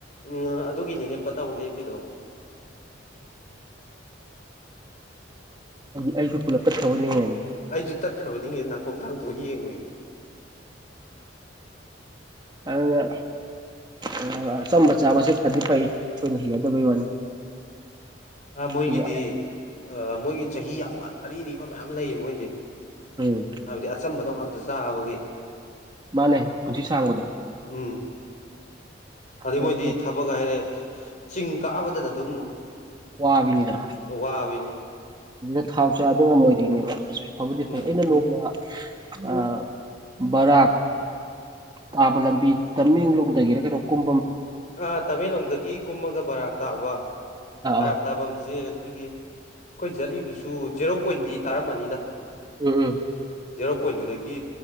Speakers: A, on the left; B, on the right.
A: ꯎꯝ ꯑꯗꯨꯒꯤꯅꯤꯅꯦ ꯄꯠ ꯂꯥꯎ ꯂꯦꯞꯄꯤ
B: ꯑꯩꯁꯨ ꯄꯨꯂꯞ ꯇꯠꯈ꯭ꯔꯕꯣꯏ ꯅꯤꯡꯉꯨꯔꯅꯤ
A: ꯑꯩꯁꯨ ꯇꯠꯈ꯭ꯔꯕꯅꯤꯅꯦ ꯅꯥꯀꯣꯡ ꯌꯦꯡꯉꯨꯏꯅꯤ
B: ꯑꯗꯨꯗ ꯑꯗꯨꯒ ꯑꯆꯝꯕ ꯆꯥꯕꯁꯤ ꯐꯗꯤ ꯐꯩ ꯑꯩꯈꯣꯏꯅ ꯍꯩꯅꯗꯕꯩ ꯋꯥꯅꯤ
A: ꯑꯥ ꯃꯣꯏꯒꯤꯗꯤ
B: ꯑꯗꯨ
A: ꯃꯣꯏꯒꯤ ꯆꯍꯤ ꯌꯥꯝ ꯑꯔꯤ ꯑꯔꯤꯕ ꯃꯌꯥꯝ ꯂꯩꯌꯦ ꯃꯣꯏꯗꯤ
B: ꯎꯝ
A: ꯍꯥꯏꯕꯗꯤ ꯑꯆꯝꯕꯗꯣ ꯉꯥꯛꯇ ꯆꯥꯕꯒꯤ
B: ꯃꯥꯅꯦ ꯄꯨꯟꯁꯤ ꯁꯥꯡꯕꯗꯣ
A: ꯎꯝ ꯑꯗꯩ
B: ꯑꯗꯨ
A: ꯃꯣꯏꯗꯤ ꯊꯕꯛ ꯍꯥꯏꯔꯦ ꯆꯤꯡ ꯀꯥꯕꯗꯗ ꯑꯗꯨꯝ
B: ꯋꯥꯕꯤꯅꯤꯗꫭ
A: ꯋꯥꯕꯤꯅꯤ
B: ꯑꯗꯨꯗ ꯊꯥꯎ ꯆꯥꯗ ꯉꯝꯃꯣꯏꯗꯣꯏꯅꯦꯕ ꯑꯁ ꯐꯕꯗꯤ
A: ꯎꯝ
B: ꯐꯩ ꯑꯩꯅ ꯅꯣꯡꯃ ꯑ ꯕꯔꯥꯛ ꯇꯥꯕ ꯂꯝꯕꯤ ꯇꯃꯦꯡꯂꯣꯡꯗꯒꯤꯔ ꯀꯩꯅꯣ ꯀꯨꯝ
A: ꯑꯥ ꯇꯃꯦꯡꯂꯣꯡꯗꯒꯤ ꯀꯨꯝꯃꯒ ꯕꯔꯥꯛ ꯇꯥꯕ
B: ꯑꯥ
A: ꯕꯔꯥꯛ
B: ꯑꯥ
A: ꯇꯥꯐꯝꯁꯦ ꯑꯩꯈꯣꯏꯒꯤ ꯑꯩꯈꯣꯏ ꯆꯖꯠꯂꯤꯗꯨꯁꯨ ꯖꯦꯔꯣ ꯄꯣꯏꯟꯗꯤ ꯇꯥꯔꯝꯃꯅꯤꯗ
B: ꯎꯝ ꯎꯝ
A: ꯖꯦꯔꯣ ꯄꯣꯏꯟꯗꯨꯨꯗꯒꯤ